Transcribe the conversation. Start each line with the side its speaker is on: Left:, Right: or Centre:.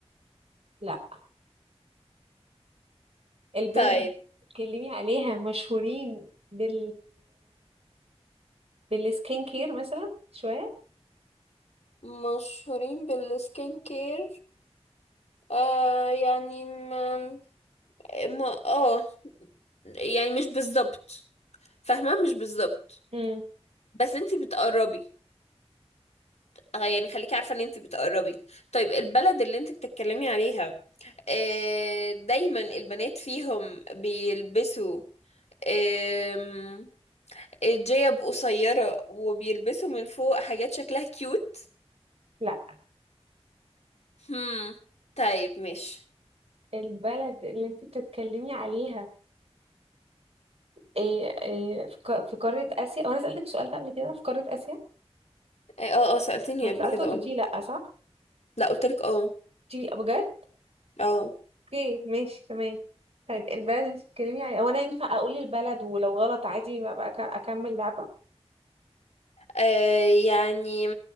Right: لا البلد
Left: طيب
Right: اللي بتتكلمي عليها مشهورين بال بالسكين كير مثلا شوية
Left: مشهورين بالسكين كير آه يعني ما, ما اه يعني مش بالظبط فاهمة مش بالظبط
Right: امم
Left: بس انتي بتقربي آه، يعني خليكي عارفة ان انتي بتقربي طيب البلد اللي انتي بتتكلمي عليها آه دايما البنات فيهم بيلبسوا آم، جيب قصيرة وبيلبسوا من فوق حاجات شكلها كيوت
Right: لا
Left: هم طيب ماشي
Right: البلد اللي انتي بتتكلمي عليها إيه إيه في ق- في قارة آسيا أو أنا سألتك السؤال ده قبل كده في قارة آسيا
Left: اه اه سألتني
Right: أنا سألته
Left: قبل كده
Right: وأنت
Left: اه
Right: قلتي لأ صح؟
Left: لا قلتلك اه
Right: قلتي لي بجد؟
Left: اه
Right: اوكي ماشي تمام طيب البلد انت بتتكلمي يعني او انا ينفع اقول البلد ولو غلط عادي ما بقى أك- اكمل لعبة
Left: آه يعني